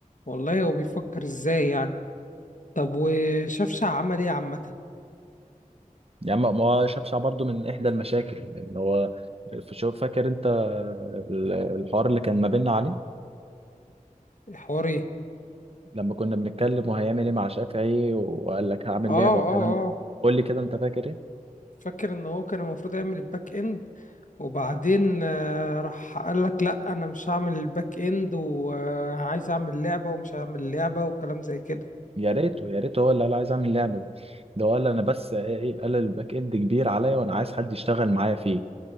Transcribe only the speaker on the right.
يا عم ما هو شافش برضه من احدى المشاكل اللي هو شوف فاكر انت ال- الحوار اللي كان ما بيننا عليه
لما كنا بنتكلم وهيعمل ايه مع شافعي وقال لك هعمل
لعبة والكلام
ده قول لي كده انت فاكر ايه
يا ريته يا ريته هو اللي قال عايز اعمل لعبه ده ده هو قال انا بس ايه إيه- قال الباك اند كبير عليا وانا عايز حد يشتغل معايا فيه